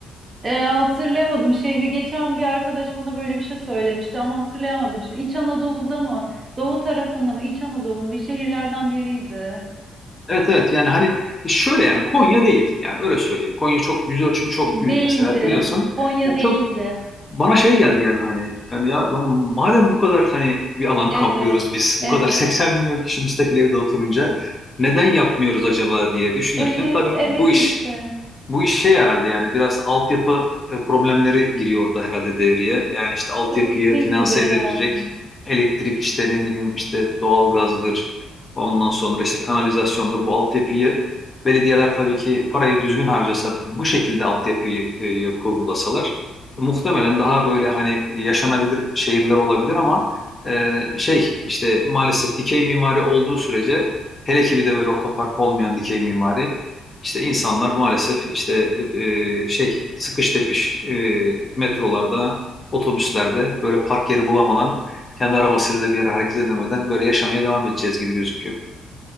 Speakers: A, on the right (about 35°); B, on the left (about 30°).
A: E, hatırlayamadım şehri. Geçen bir arkadaş bana böyle bir şey söylemişti ama hatırlayamadım. Şimdi İç Anadolu'da mı? Doğu tarafında mı? İç Anadolu'nun bir şehirlerden biriydi.
B: Evet evet yani hani e, şöyle yani Konya değil. Yani öyle söyleyeyim. Konya çok yüz ölçümü çok
A: Değildi.
B: büyük mesela biliyorsun.
A: Konya
B: Ya
A: değildi.
B: çok bana şey geldi yani hani yani ya lan madem bu kadar hani bir alan
A: Evet.
B: kaplıyoruz biz
A: Evet.
B: bu kadar <laughs> 80 milyon kişi müstakil evde oturunca neden yapmıyoruz acaba diye düşünürken
A: Evet.
B: tabii
A: Evet
B: bu iş
A: işte.
B: Bu iş şey herhalde yani biraz altyapı e, problemleri giriyor orada herhalde devreye. Yani işte altyapıyı
A: Tabii
B: finanse
A: ki de yani.
B: edebilecek elektrik işte ne bileyim işte doğalgazdır. Ondan sonra işte kanalizasyondur. Bu altyapıyı belediyeler tabii ki parayı düzgün harcasa bu şekilde altyapıyı e, kurgulasalar muhtemelen daha böyle hani yaşanabilir şehirler olabilir ama e, şey işte maalesef dikey mimari olduğu sürece hele ki bir de böyle otopark olmayan dikey mimari işte insanlar maalesef işte e, e, şey sıkış tepiş e, metrolarda, otobüslerde böyle park yeri bulamadan kendi arabasıyla da bir yere hareket edemeden böyle yaşamaya devam edeceğiz gibi gözüküyor.